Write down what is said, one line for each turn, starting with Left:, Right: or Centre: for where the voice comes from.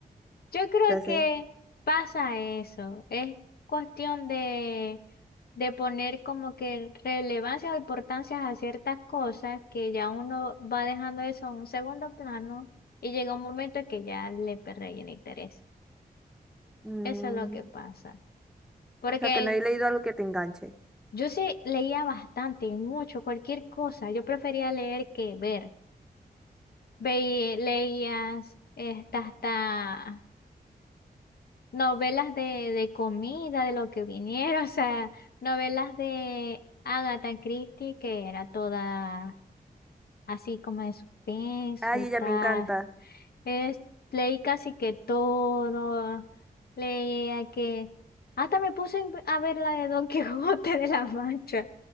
Left: Yo creo
Centre: Entonces,
Left: que pasa eso. Es cuestión de, de poner como que relevancia o importancia a ciertas cosas que ya uno va dejando eso a un segundo plano y llega un momento que ya le perre el interés.
Centre: mm,
Left: Eso es lo que pasa. Porque
Centre: o sea, que no he leído algo que te enganche.
Left: yo sí leía bastante y mucho, cualquier cosa. Yo prefería leer que ver. Veí- leías esta- hasta novelas de, de comida, de lo que viniera, <laughs> o sea, novelas de Agatha Christie, que era toda así como de suspenso
Centre: Ay,
Left: y tal.
Centre: ella me encanta.
Left: Es- leí casi que todo, leía que... Hasta me puse a inve- a ver la de Don <laughs> Quijote de la Mancha.